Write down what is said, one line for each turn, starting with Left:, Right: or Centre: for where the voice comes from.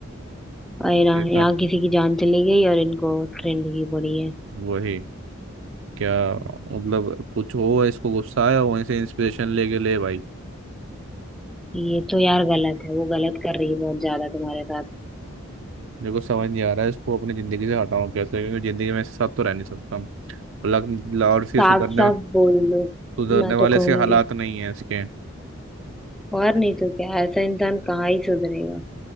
Centre: अरे ना
Right: नहीं
Centre: यहाँ
Right: तो
Centre: किसी की जान चली गई और इनको ट्रेंड की पड़ी है
Right: वही क्या मतलब कुछ हो इसको गुस्सा आया वहीं से इंस्पिरेशन लेके ले भाई
Centre: ये तो यार गलत है वो गलत कर रही है बहुत ज्यादा तुम्हारे साथ
Right: मेरे को समझ नहीं आ रहा है इसको अपनी ज़िंदगी से हटाऊं कैसे क्योंकि ज़िंदगी में इसके साथ तो रह नहीं सकता हूं। लग- ल- और इसके
Centre: साफ
Right: सुधरने
Centre: साफ बोल दो
Right: सुधरने
Centre: मैं
Right: वाले
Centre: तो
Right: इसके
Centre: कहूंगी
Right: हालात नहीं है इसके
Centre: और नहीं तो क्या ऐसा इंसान कहाँ ही सुधरेगा